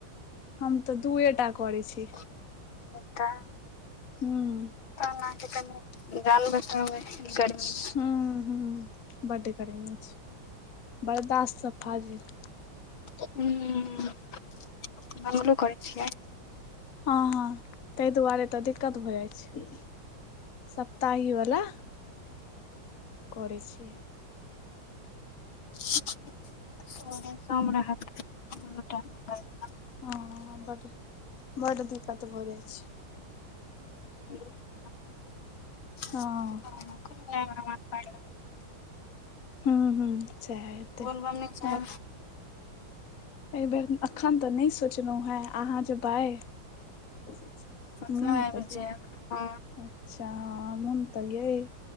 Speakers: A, on the left; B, on the left.
A: हम त दूये टा करै छी।
B: कक्का
A: हूँ
B: <unintelligible> कनि। जान बचाउ अय गरमी में।
A: हुं -हुं बड्ड गर्मी छय, बर्दाश्त स फाजिल।
B: उहं मंगलो करय छिय।
A: हं- हं तहि दुआरे त दिक्कत भ जाइ छय सप्ताहि बला। करै छियै।
B: सोम दिन सोम रहत दुनू टाइम मंगल।
A: हं ह बड बड दिक्कत भ जाइ छय।
B: <unintelligible>
A: हं अ।
B: नय हमरा मन। <inaudible>
A: हूं-हूं सैह हेतै
B: बोलबम नहि जायब
A: और। एहि बेर अखन त नहि सोचलहु हैं, अहां जेबय। मन
B: ओतनो आबि
A: त हय।
B: जायब हँ
A: अच्छा मोन अय,